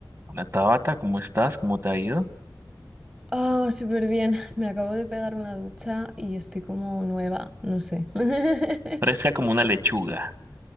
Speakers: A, on the right (about 35°); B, on the right (about 20°).
A: Hola Tabata, ¿cómo estás? ¿Cómo te ha ido?
B: Oh, súper bien. Me acabo de pegar una ducha y estoy como nueva, no sé. <laughs>
A: Fresca como una lechuga.